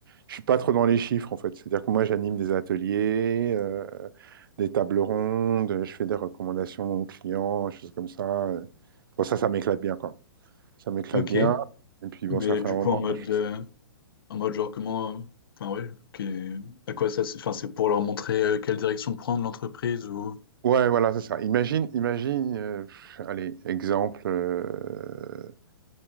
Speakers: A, on the right; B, on the left.
A: je suis pas trop dans les chiffres, en fait. C'est-à-dire que moi, j'anime des ateliers, euh, des tables rondes, je fais des recommandations aux clients, choses comme ça. Bon, ça, ça m'éclate bien, quoi. Ça m'éclate
B: Ok,
A: bien. Et puis, bon,
B: mais
A: ça fait
B: du
A: un moment
B: coup en mode,
A: que je fais
B: euh,
A: ça.
B: en mode genre comment... euh, Enfin ouais, ok. À quoi ça... c'est- Enfin, c'est pour leur montrer euh, quelle direction prendre l'entreprise ou...
A: Ouais, voilà, c'est ça. Imagine, imagine, euh, pff, allez, exemple euh,